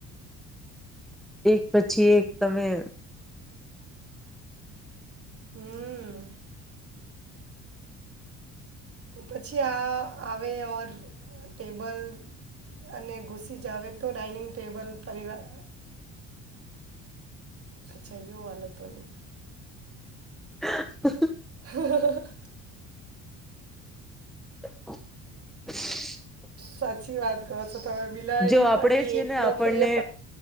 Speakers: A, in the centre; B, on the right (about 45°).
A: એક પછી એક તમે
B: હમ પછી આ આવે ઓર ટેબલ અને ઘુસી જાવ તો ડાઇનિંગ ટેબલ પરિવા અચ્છા યો વાલો તો ની
A: હ <unintelligible>
B: હા <unintelligible>
A: <inaudible>
B: સાચી વાત કહો છો તમે બિલાડી
A: જો આપણેે
B: પણ બી
A: છે
B: એક
A: ને
B: લોકપ્રિય
A: આપણને